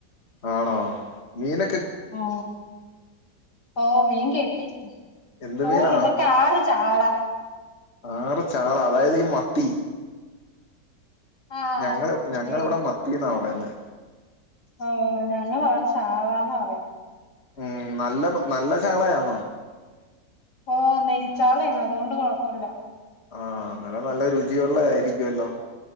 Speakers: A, on the left; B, on the left.
A: ആണോ മീനൊ
B: ആ ഓ മീൻ കിട്ടി
A: എന്ത്
B: നൂറ്
A: മീനാ
B: രൂപക്ക് ആറ് ചാള
A: ആറ് ചാള അതായത് ഈ മത്തി
B: ആ
A: ഞങ്ങള്
B: പിന്നെ
A: ഞങ്ങങ്ങളിവിടെ മത്തിന്നാ പറയുന്നെ
B: ഓ ഞങ്ങ അവിടെ ചാളാന്ന പറയാ
A: ഉം നല്ല നല്ല ചാളയാന്നോ
B: ഓ നെയ്ച്ചാളേണ് അതുകൊണ്ട് കൊഴപ്പമില്ല
A: ആ അന്നലെ നല്ല രുചിയള്ളത ആയിരിക്കുവല്ലോ